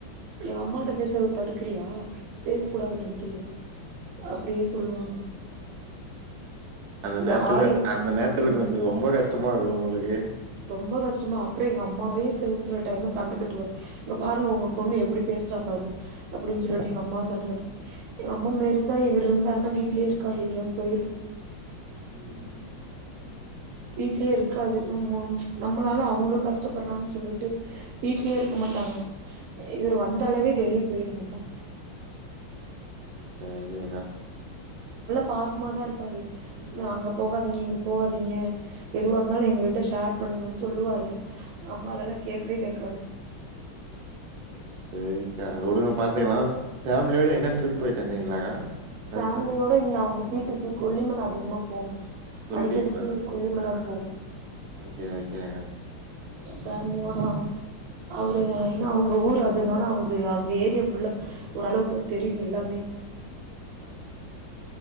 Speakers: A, on the right; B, on the right.
A: எங்க அம்மாகிட்ட பேசுறது தடுக்குறியா பேச கூடாதுன்னு நெனைக்கிறியா அப்டியே சொல்லுவாங்க
B: அந்த நேரத்துல
A: யாய்
B: அந்த நேரத்துல
A: என்ன
B: கொஞ்சோ ரொம்ப கஷ்டமா இருக்கோ உங்களுக்கு
A: ரொம்ப கஷ்டமா அப்டியே எங்க அம்மாவே சில சில டைம்ல சண்ட கட்டுவார் இங்க பாருங்க உங்க பொண்ணு எப்டி பேசுறா பாரு அப்டின்னு சொல்லிட்டு எங்க அம்மாவ சண்ட கட்டுவா எங்க அம்மா பெருசா இவர் இருந்தாருன்னா வீட்லயே இருக்காது எங்கேயாவது போயிரு
B: உம்
A: வீட்லயே இருக்காது நம்ம நம்மளால அவுங்களு கஷ்டப்பட்றாங்கன்னு சொல்லிட்டு வீட்லயே இருக்க மாட்டாங்க இவர் வந்தாலுவே வெளிய போயிரு எங்க அம்மா
B: ஓகே ஓகே கா
A: பாஸ்மா தா இருப் பாரு
B: ம்
A: அங்க போகாதீங்க இங்க போகாதீங்க எதுவாக இருந்தாலு எங்ககிட்ட ஷேர் பண்ணுங்கன்னு சொல்லுவாரு அம்மா அதெல்லா கேக்கவே கேட்க்காது
B: சேரி சேரிக்கா விடுங்க பாத்துக்கலாம் ஃபேமிலியோட என்ன ட்ரிப் போயிட்டு வந்தீங்களாக்கா
A: ஃபேமிலியோட
B: லாஸ்ட் டைம்
A: இங்க அவுங்க வீட்டுக்கு கொல்லிமல அதிகமாக போவோ
B: கொல்லிமலை
A: அடிக்கடிக்கு கொல்லிமல
B: ஆஹ்
A: போவோ
B: ஓகே ஓகே கா
A: ஃபேமிலியோட அவரு என்னா ஒன் ஊர் அதுனால அவுங்க அந்த ஏர் கே ஃபுல்லா ஓரளவுக்கு தெரியோ எல்லாமே
B: ஆஹ் ஆஹ்ஹ